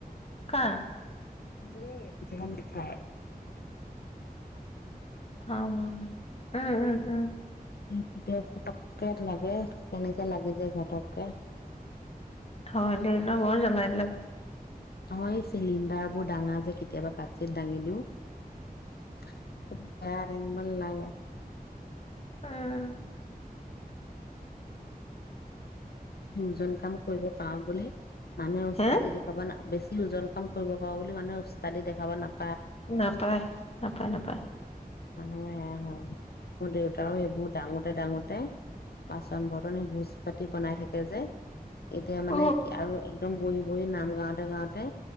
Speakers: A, on the left; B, on the left.
A: কাৰ?
B: ম কি দেখাই
A: অ উম উম উম
B: কেতিয়া পটক্কে লাগে কেনেকে লাগি যে ঘটককে
A: হয় দে ন বই জ্বলাইিলাক
B: নহয় এই চিলিণ্ডাৰ বোৰ দাঙা যে কেতিয়াবা কাচিত দাঙি দিওঁ বেয়া দাঙিব নালাগে
A: উম।
B: ওজন কাম কৰিব পাৰো বুলি, মানুহে উস্তাদি
A: হে
B: দেখুৱাব নাপ বেছি ওজন কাম কৰিব পাৰো বুলি মানুহে ওস্তাদি দেখাব নাপ
A: নাপায়। নাপায়, নাপায়।
B: মানুহৰ সেয়া হয়। মোৰ দেউতাও এইবোৰত ডাঙৰ তে ডাঙোতে বাচন বৰ্তনে এই ভোজ পাত ই বনাই থাকে যে এতিয়া মানে
A: অ
B: কি আৰু একদম বহি বৌৱে নাম গাওতে গাওতে